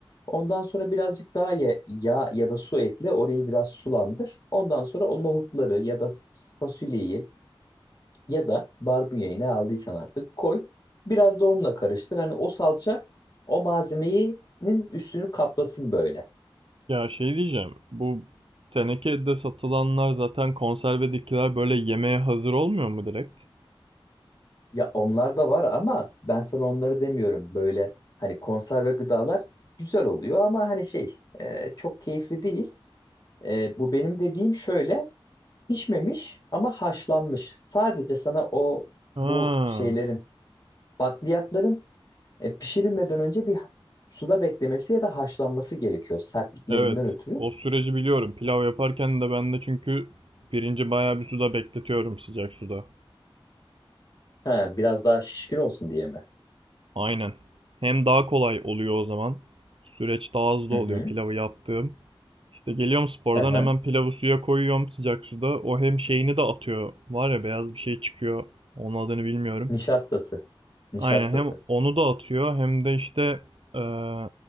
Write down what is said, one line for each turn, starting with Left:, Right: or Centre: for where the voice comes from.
Left: Ondan sonra birazcık daha ya- yağ ya da su ekle. Orayı biraz sulandır. Ondan sonra o nohutları ya da fasulyeyi ya da barbunyayı ne aldıysan artık koy. Biraz da onunla karıştır. Hani o salça o malzemenin üstünü kaplasın böyle.
Right: Ya şey diyeceğim. Bu tenekede satılanlar zaten konservedekiler böyle yemeğe hazır olmuyor mu direkt?
Left: Ya onlar da var ama ben sana onları demiyorum. Böyle hani konserve gıdalar güzel oluyor ama hani şey e, çok keyifli değil. E, bu benim dediğim şöyle pişmemiş ama haşlanmış. Sadece sana o
Right: Ha.
Left: bu şeylerin bakliyatların e, pişirilmeden önce bir suda beklemesi ya da haşlanması gerekiyor sertliklerinden
Right: Evet,
Left: ötürü.
Right: o süreci biliyorum. Pilav yaparken de ben de çünkü pirinci bayağı bir suda bekletiyorum sıcak suda.
Left: Ha, biraz daha şişkin olsun diye mi?
Right: Aynen. Hem daha kolay oluyor o zaman. Süreç daha hızlı
Left: Hı
Right: oluyor
Left: hı.
Right: pilavı yaptığım. İşte geliyorum spordan
Left: Hı hı.
Right: hemen pilavı suya koyuyorum sıcak suda. O hem şeyini de atıyor. Var ya beyaz bir şey çıkıyor. Onun adını bilmiyorum.
Left: Nişastası. Nişastası.
Right: Aynen hem onu da atıyor hem de işte eee,